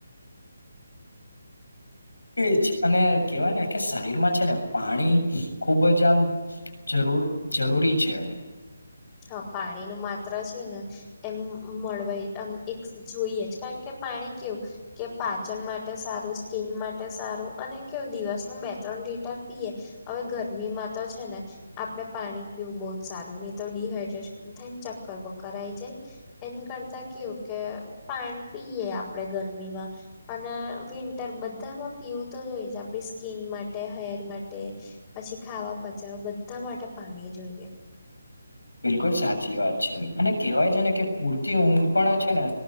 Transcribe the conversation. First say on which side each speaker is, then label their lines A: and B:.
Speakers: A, on the left; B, on the left.
A: એ જ અને કેહેવાય ને કે શરીર માં છે ને. પાણી ખુબ જ આમ જરૂર જરૂરી છે.
B: હા પાણી નું માત્ર છે ને. એમ મળવાય આમ એક જોઈએ જ કારણ કે પાણી કેવું. કે પાચન માટે સારું સ્કીિન માટે સારું અને કેવું દિવસ હ બે ત્રણ લીટર પીએ, હવે ગરમીમાં તો છે ને. આપડે પાણી પીવું બહુ જ સારું નહ તો ડડીહાઈડ્રેશન થાય ને ચક્કર બક્કર આઈ જાય. એમ કરતા કેવું કે પાણી પીએ આપ આપણે ગરમીમાં, અને વિન્ટર બધામાં પીવું તો જોઈ છે આપ આપડી સ્કીન માટે હેર માટે, પછી ખાવા પચાવા બધા માટે પાણી જોઈએ.
A: બિલકુલ સાચી વાત છે અને કેહેવાય છે ને કે પૂરતી ઊંઘ પણ છે ને.